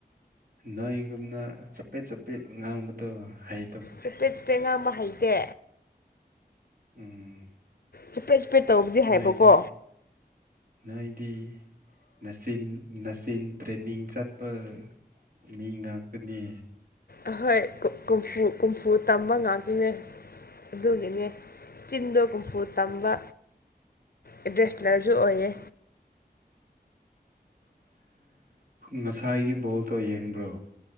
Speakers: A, on the right (about 60°); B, on the left (about 65°).
A: ꯅꯣꯏꯒꯨꯝꯅ ꯆꯄꯦꯠ ꯆꯄꯦꯠ ꯉꯥꯡꯕꯗꯣ ꯍꯩ
B: ꯆꯄꯦꯠ ꯆꯄꯦꯠ ꯉꯥꯡꯕ ꯍꯩꯇꯦ
A: ꯎꯝ
B: ꯆꯄꯦꯠ ꯆꯄꯦꯠ ꯇꯧꯕꯗꯤ
A: ꯅꯣꯏꯗꯤ
B: ꯍꯩꯕꯀꯣ
A: ꯅꯣꯏꯗꯤ ꯅꯆꯤꯟ ꯅꯆꯤꯟ ꯇ꯭ꯔꯦꯟꯅꯤꯡ ꯆꯠꯄ ꯃꯤ ꯉꯥꯛꯇꯅꯤ
B: ꯑꯍꯣꯏ ꯀꯨ ꯀꯨꯝꯐꯨ ꯀꯨꯝꯐꯨ ꯇꯝꯕ ꯉꯥꯛꯇꯅꯦ ꯑꯗꯨꯒꯤꯅꯦ ꯆꯤꯟꯗꯣ ꯀꯨꯝꯐꯨ ꯇꯝꯕ ꯑꯦꯗ꯭ꯔꯦꯁꯂꯔꯁꯨ ꯑꯣꯏꯌꯦ
A: ꯉꯁꯥꯏꯒꯤ ꯕꯣꯜꯇꯣ ꯌꯦꯡꯕ꯭ꯔꯣ